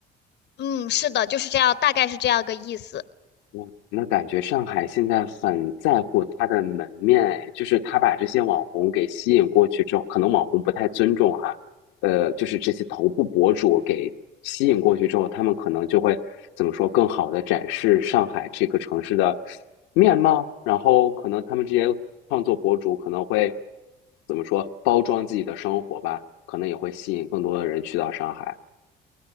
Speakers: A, on the left (about 55°); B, on the left (about 90°).
A: 嗯，是的，就是这样，大概是这样个意思。
B: 哇，那感觉上海现在很在乎它的门面，哎，就是他把这些网红给吸引过去之后，可能网红不太尊重哈，呃，就是这些头部博主给吸引过去之后，他们可能就会怎么说，更好的展示上海这个城市的面貌，然后可能他们这些创作博主可能会怎么说，包装自己的生活吧，可能也会吸引更多的人去到上海，